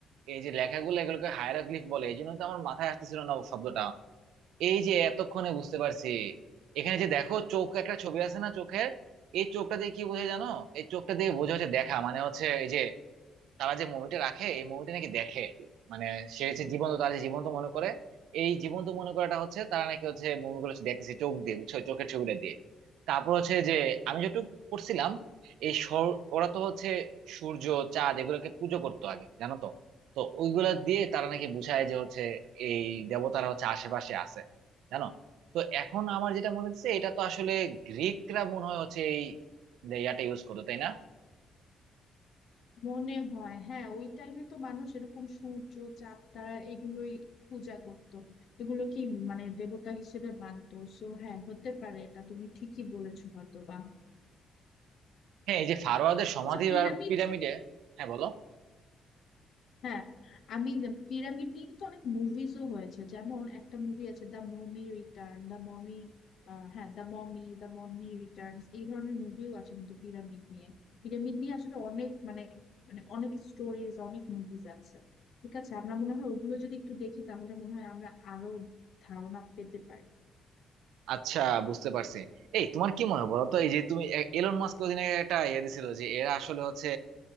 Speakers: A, on the right; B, on the left.
A: এই যে লেখাগুলো এগুলোকে হায়ারোগ্লিফ বলে এই জন্য তো আমার মাথায় আসতেছিল না শব্দটা এই যে এতক্ষণে বুঝতে পারছি এখানে যে দেখো চোখ একটা ছবি আছে না চোখের এই চোখটা দিয়ে কি বোঝায় জানো এই চোখটা দিয়ে বোঝা হচ্ছে দেখা মানে হচ্ছে এই যে তারা যে মুভিটা রাখে এই মুভিটা নাকি দেখে মানে সে হচ্ছে জীবন্ত তারা যে জীবন্ত মনে করে এই জীবন্ত মনে করাটা হচ্ছে তারা নাকি হচ্ছে মুভিগুলো দেখতেছে চোখ দিয়ে বুঝছো চোখের ছবিটা দিয়ে তারপর হচ্ছে যে আমি যেটুকু পড়ছিলাম এই সর- ওরা তো হচ্ছে সূর্য চাঁদ এগুলোকে পুজো করতো আগে জানো তো তো ওইগুলা দিয়ে তারা নাকি বুঝায় যে হচ্ছে এই দেবতারা হচ্ছে আশেপাশে আছে জানো তো এখন আমার যেটা মনে হচ্ছে এটা তো আসলে গ্রিকরা মনে হয় হচ্ছে এই ইয়াটা ইউজ করতো তাই না
B: মনে হয় হ্যাঁ ওই টাইমে তো মানুষ এরকম সূর্য চাঁদ তারা এগুলোই পূজা করতো এগুলো কি মানে দেবতা হিসেবে মানতো সো হ্যাঁ হতে পারে এটা তুমি ঠিকই বলেছো হয়তো বা
A: হ্যাঁ এই যে ফারোয়াদের সমাধি
B: আচ্ছা পিরামিড
A: আর পিরামিডে হ্যাঁ বলো
B: হ্যাঁ আমি পিরামিড নিয়ে কিন্তু অনেক মুভিজও হয়েছে যেমন একটা মুভি আছে the mummy return the mummy হ্যাঁ the mummy the mummy returns এই ধরনের মুভিও আছে কিন্তু পিরামিড নিয়ে পিরামিড নিয়ে আসলে অনেক মানে মানে অনেক স্টোরিজ অনেক মুভিজ আছে ঠিক আছে আমরা মনে হয় ওগুলো যদি একটু দেখি তাহলে মনে হয় আমরা আরো ধারণা পেতে পারি
A: আচ্ছা বুঝতে পারছি এই তোমার কি মনে হয় বলো তো এই যে তুমি এ- এলন মাস্ক ওদিন আগে একটা ইয়ে দিছিল যে এরা আসলে হচ্ছে